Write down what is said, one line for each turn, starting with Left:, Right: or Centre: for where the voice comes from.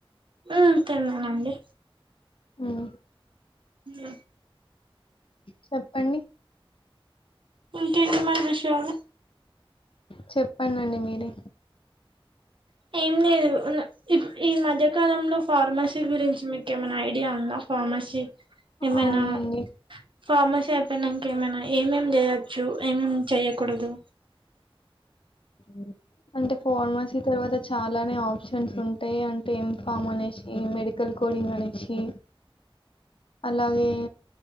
Right: ఆ తిన్నానండి
Left: మ్
Right: మ్
Left: చెప్పండి
Right: ఇంకేంటి మరి విషయాలు
Left: చెప్పండి అండి మీరే
Right: ఏం లేదు ఈ మధ్యకాలంలో ఫార్మసీ గురించి మీకు ఏమన్నా ఐడియా ఉందా ఫార్మసీ ఏమైనా
Left: అవునండి
Right: ఫార్మసీ అయిపోయినాంక ఏమైనా ఏమేమి చేయొచ్చు ఏమేమేం చెయకూడదు
Left: ఉ అంటే ఫార్మసీ తర్వాత చాలానే ఆప్షన్స్ ఉంటాయి అంటే ఇంఫామ్ అనేసి మెడికల్ కోని మనేసి అలాగే